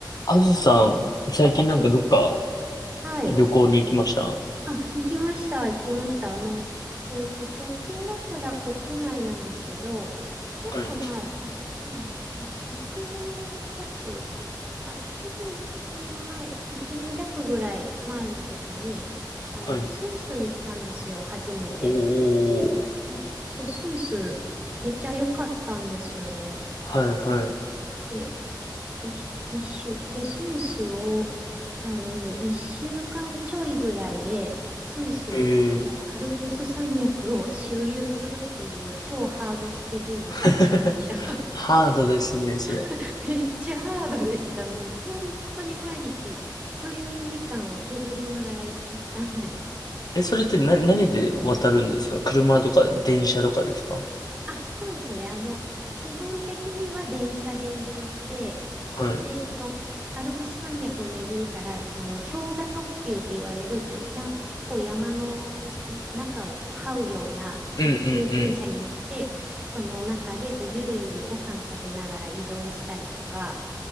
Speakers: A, on the left; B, on the right.
A: あずさん、最近なんかどっか
B: はい。はい。
A: 旅行に行きましたは
B: あ、行きました。行きました。あの、えっと、直近だったら国内なんですけど、ちょっと前、
A: い、
B: あ、ちょっと前、い、1年弱、あ、ちょうど1年前、1年弱ぐらい前の時に、あの、
A: はい。
B: スイスに行ったんですよ、初めて。
A: おー、
B: お、そう、スイス、めっちゃ良かったんですよね。
A: はい、は
B: で、一一周。で、スイスを、あの、一週間ちょいぐらいで、スイスのアルプス山脈を周遊するっていう超ハードスケジュールで行きました。
A: い。ええ <laughs> ハードですね、それ。
B: <laughs> めっちゃハードでした。もう本当に毎日睡眠時間を削りながら行ったんで。
A: え、それってな、何で渡るんですか車とか電車とかですか
B: はいあ、そうですね。あの、基本的には電車で移動して、
A: はい。うん
B: で、その、アルプス山脈を巡るから、あの、氷河特急って言われる、こう、や、結構山のう、う、中をこう、這うような特急電車に乗って、
A: うんう
B: その中で、こう、ゆるゆるご飯食べながら移動したりとか、